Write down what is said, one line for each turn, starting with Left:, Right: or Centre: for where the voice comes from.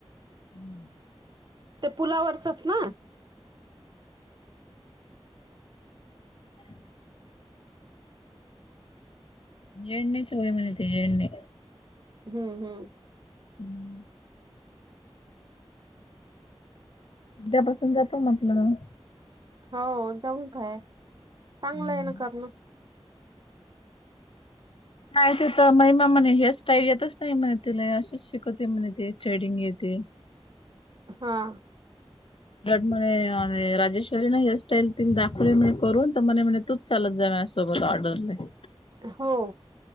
Left: <unintelligible>
Right: ते पुलावरचचना.
Left: <unintelligible> एडणे चवेय म्हणे ते येडणे.
Right: हो हो.
Left: <unintelligible> उद्यापासून जातो म्हटलं.
Right: हो जाऊन काय चांगलं
Left: हम्म.
Right: आहे ना करण.
Left: नाही ते तर महिमा म्हणे हेअर स्टाईल येतच नाही म्हणे तिला अशिश शिकवते म्हणे ते ट्रेडिंग येते.
Right: <inaudible> हा.
Left: म्हणे राजेश्वरी ना हेअरस्टाईल तिन दाखवली म्हणे करून तर म्हणे तू. चालत जाय माझ्यासोबत ऑर्डरले.
Right: हो.